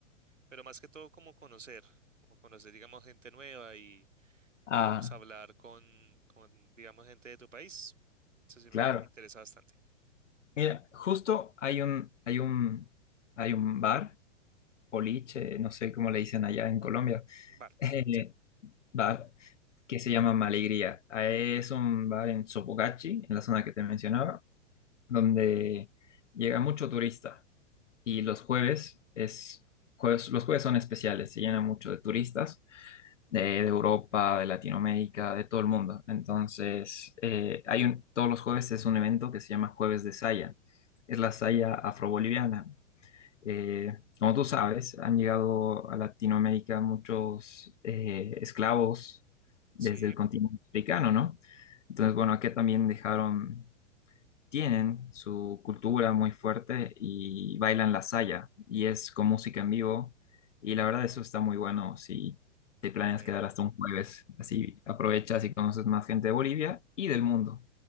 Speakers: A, on the right; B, on the left.
A: pero más que todo como conocer, como conocer, digamos, gente nueva y,
B: Ah,
A: digamos, hablar con, con, digamos, gente de tu país. Eso sí
B: claro.
A: me me interesa bastante.
B: Mira, justo hay un, hay un, hay un bar, boliche, no sé cómo le dicen allá en Colombia,
A: Vale,
B: <laughs> eh,
A: sí,
B: bar que se llama Malegría. Ah, Es un bar en Sopogachi, en la zona que te mencionaba, donde llega mucho turista y los jueves es jueves, los jueves son especiales, se llena mucho de turistas de, de Europa, de Latinoamérica, de todo el mundo. Entonces, eh, hay un, todos los jueves es un evento que se llama Jueves de Saya es la saya afroboliviana. Eh, como tú sabes, han llegado a Latinoamérica muchos eh, esclavos desde
A: sí,
B: el continente africano, ¿no? Entonces, bueno, aquí también dejaron, tienen su cultura muy fuerte y bailan la saya y es con música en vivo y la verdad eso está muy bueno si te planeas
A: ve,
B: quedar hasta un jueves, así aprovechas y conoces más gente de Bolivia y del mundo.